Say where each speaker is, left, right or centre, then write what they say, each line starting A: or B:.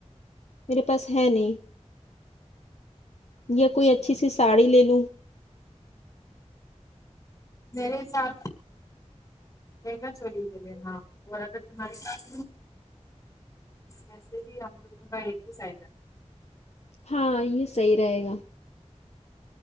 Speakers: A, on the left; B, on the left.
A: میرے پاس ہے نہیں یا
B: اچھا
A: کوئی اچھی سی ساڑی لے لوں
B: نیرے چار لگا چولی گے نا اور اگرتمہاری ساس وسے بھی ہم کا ایک ہی سائز ہے
A: ہاں یہ صحیح رہے گا